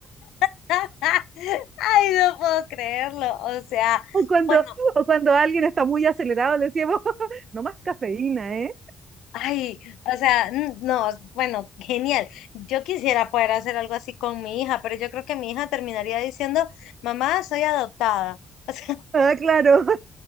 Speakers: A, on the left (about 90°); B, on the right (about 45°).
A: <laughs> Ay, no puedo creerlo. O sea,
B: O cuando,
A: bueno,
B: o cuando alguien está muy acelerado, le decimos, <laughs> no más cafeína, ¿eh?
A: ay, o sea, n- no, bueno, genial. Yo quisiera poder hacer algo así con mi hija, pero yo creo que mi hija terminaría diciendo, mamá, soy adoptada. <laughs> O sea,
B: Ah, claro. <laughs>